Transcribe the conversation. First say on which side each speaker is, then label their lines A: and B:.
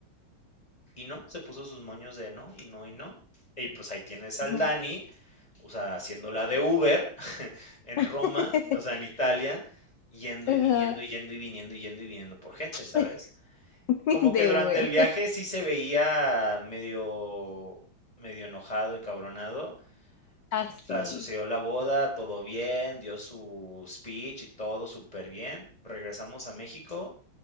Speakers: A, on the left; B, on the left.
A: y no, se puso sus moños de no, y no, y no. Y pues ahí tienes al
B: Ujú.
A: Dani, o sea, haciendo la de Uber <laughs> en
B: <laughs>
A: Roma, o sea, en Italia, yendo
B: Ajá.
A: y viniendo, y yendo y viniendo, y yendo y viniendo por gente,
B: <laughs>
A: ¿sabes? como que
B: De
A: durante
B: Uber.
A: el viaje sí se veía medio, medio enojado, encabronado.
B: Así.
A: O sea, sucedió la boda, todo bien, dio su speech y todo súper bien. Regresamos a México